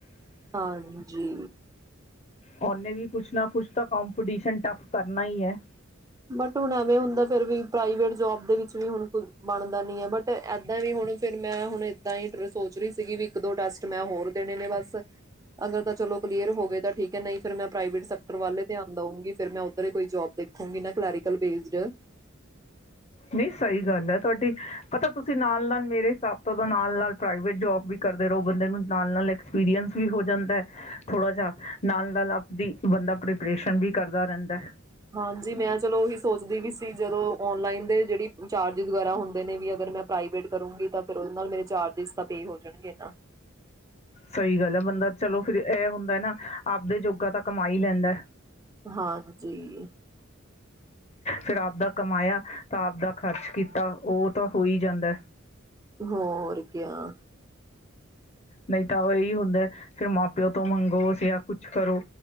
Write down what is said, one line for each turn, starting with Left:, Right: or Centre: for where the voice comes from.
Right: ਹਾਂਜੀ।
Left: ਉਹਨੇ ਵੀ ਕੁਛ ਨਾ ਕੁਛ ਤਾਂ ਕੋੰਪੀਟੀਸ਼ਨ ਟਫ ਕਰਨਾ ਹੀ ਹੈ।
Right: ਬਟ ਹੁਣ ਐਵੇਂ ਹੁੰਦਾ, ਫੇਰ ਵੀ ਪ੍ਰਾਈਵੇਟ ਜੋਬ ਦੇ ਵਿੱਚ ਵੀ ਹੁਣ ਕੁਛ ਬਣਦਾ ਨੀ ਐ, ਬਟ ਏਦਾਂ ਵੀ ਹੁਣ ਫਿਰ ਮੈਂ ਹੁਣ ਏਦਾਂ ਹੀ ਸੋਚ ਰਹੀ ਸੀਗੀ ਵੀ, ਇੱਕ ਦੋ ਟੈਸਟ ਮੈਂ ਹੋਰ ਦੇਣੇ ਨੇ ਬਸ, ਅਗਰ ਤਾਂ ਚਲੋ ਕਲੀਅਰ ਹੋ ਗਏ ਤਾਂ ਠੀਕ ਹੈ, ਨਹੀਂ ਫਿਰ ਮੈਂ ਪ੍ਰਾਈਵੇਟ ਸੈਕਟਰ ਵੱਲ ਹੀ ਧਿਆਨ ਦੇਊਗੀ, ਫਿਰ ਮੈਂ ਉੱਧਰ ਹੀ ਕੋਈ ਜੋਬ ਦੇਖੂਗੀ ਨਾ। Clerical based.
Left: ਨਹੀਂ ਸਹੀ ਗੱਲ ਹੈ। ਤੁਹਾਡੀ ਪਤਾ ਤੁਸੀਂ ਨਾਲ -ਨਾਲ ਮੇਰੇ ਹਿਸਾਬ ਤੋਂ ਨਾਲ- ਨਾਲ ਪ੍ਰਾਈਵੇਟ ਜੋਬ ਵੀ ਕਰਦੇ ਰਹੋ, ਬੰਦੇ ਨੂੰ ਨਾਲ -ਨਾਲ ਐਕਸਪੀਰੀਅਸ ਵੀ ਹੋ ਜਾਂਦਾ ਹੈ, ਥੋੜਾ ਜਿਹਾ ਨਾਲ -ਨਾਲ ਆਪਦੀ ਬੰਦਾ ਪ੍ਰੀਪਰੇਸ਼ਨ ਵੀ ਕਰਦਾ ਰਹਿੰਦਾ।
Right: ਹਾਂਜੀ, ਮੈਂ ਚਲੋ ਉਹੀ ਸੋਚਦੀ ਵੀ ਸੀ, ਜਦੋਂ ਔਨਲਾਈਨ ਦੇ ਜਿਹੜੀ ਚਾਰਜਿਸ ਵਗੈਰਾ ਹੁੰਦੇ ਨੇ ਵੀ, ਅਗਰ ਮੈਂ ਪ੍ਰਾਈਵੇਟ ਕਰੂੰਗੀ, ਤਾਂ ਫਿਰ ਉਹਦੇ ਨਾਲ ਮੇਰੇ ਚਾਰਜਿਸ ਤਾਂ ਪੇ ਹੋ ਜਾਣਗੇ ਨਾ।
Left: ਸਹੀ ਗੱਲ ਹੈ ਬੰਦਾ ਚਲੋ ਫਿਰ ਇਹ ਹੁੰਦਾ ਨਾ, ਆਪਦੇ ਜੋੋਗਾ ਤਾਂ ਕਮਾ ਹੀ ਲੈਂਦਾ।
Right: ਹਾਂਜੀ।
Left: ਫਿਰ ਆਪਦਾ ਕਮਾਇਆ, ਤਾਂ ਆਪਦਾ ਖ਼ਰਚ ਕੀਤਾ, ਉਹ ਤਾਂ ਹੋਈ ਜਾਂਦਾ।
Right: ਹੋਰ। <unintelligible>
Left: ਨਹੀਂ ਤਾਂ ਉਹ ਇਹੀ ਹੁੰਦਾ, ਫੇਰ ਮਾਂ ਪਿਉ ਤੋਂ ਮੰਗੋ ਜਾਂ ਕੁਛ ਕਰੋ,